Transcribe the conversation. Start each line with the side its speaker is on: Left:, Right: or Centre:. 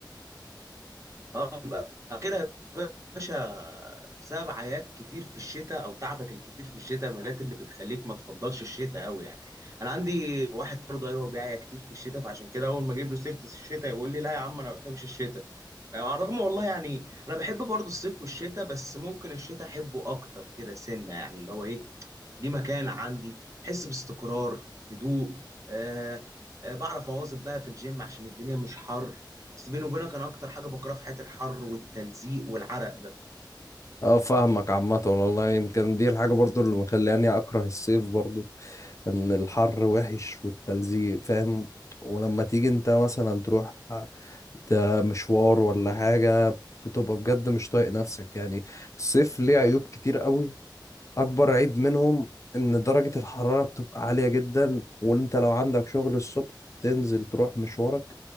Right: اه يبقى اخرها يا باشا بسبب عياك كتير في الشتاء او تعبك الكتير في الشتاء مالات اللي بتخليك ما تفضلش الشتاء قوي يعني انا عندي واحد برضه ايوه بيعيا كتير في الشتاء فعشان كده اول ما اجيب له سيره الشتاء يقول لي لا يا عم انا ما بحبش الشتاء يعني على الرغم والله يعني انا بحب برضه الصيف والشتاء بس ممكن الشتاء احبه اكتر كده سنه يعني اللي هو ايه ليه مكان عندي حس باستقرار هدوء آه آه بعرف اواظب بقى في الجيم عشان الدنيا مش حر بس بيني وبينك انا اكتر حاجه بكرهها في حياتي الحر والتلزيق والعرق ده
Left: اه فاهمك عامة والله يمكن دي الحاجة برضو اللي مخلاني أكره الصيف برضو إن الحر وحش والتلزيق فاهم ولما تيجي أنت مثلا تروح ده مشوار ولا حاجة بتبقى بجد مش طايق نفسك يعني الصيف ليه عيوب كتير قوي اكبر عيب منهم ان درجة الحرارة بتبقى عالية جدا وان انت لو عندك شغل الصبح تنزل تروح مشوارك